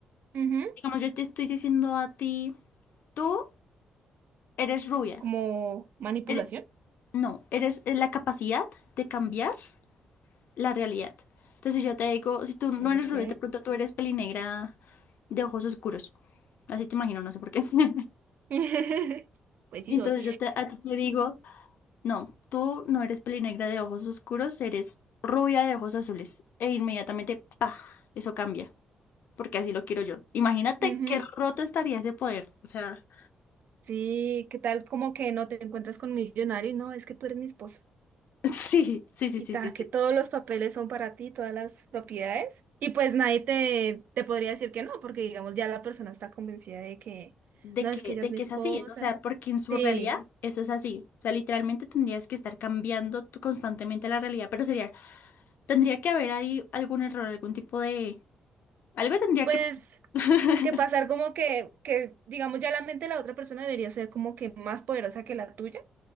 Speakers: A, on the right; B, on the left.
A: Ujú,
B: Digamos, yo te estoy diciendo a ti, tú eres rubia.
A: Como manipulación.
B: Eres- no, eres es la capacidad de cambiar la realidad. Entonces si yo te digo, si tú no
A: Ok.
B: eres rubia, de pronto tú eres pelinegra de ojos oscuros. Así te imagino, no sé por qué. <laughs>
A: <laughs> Pues sí
B: Entonces
A: soy.
B: yo te, a ti te digo... No, tú no eres pelinegra de ojos oscuros, eres rubia de ojos azules. E inmediatamente, ¡pah! Eso cambia, porque así lo quiero yo. Imagínate
A: Ujú.
B: qué roto estaría ese poder. O sea,
A: Sí, ¿qué tal? Como que no te encuentras con millonario, no, es que tú eres mi esposo.
B: <laughs> sí, sí, sí,
A: Y
B: sí,
A: ta,
B: sí, sí.
A: que todos los papeles son para ti, todas las propiedades. Y pues nadie te, te podría decir que no, porque digamos ya la persona está convencida de que
B: De
A: no
B: que,
A: es que ella
B: de
A: es mi
B: que
A: esposa.
B: es así, o sea, porque en su
A: Sí,
B: realidad eso es así. O sea, literalmente tendrías que estar cambiando tú constantemente la realidad, pero sería, tendría que haber ahí algún error, algún tipo de... Algo tendría
A: pues
B: que... <laughs>
A: que pasar como que, que digamos ya la mente de la otra persona debería ser como que más poderosa que la tuya,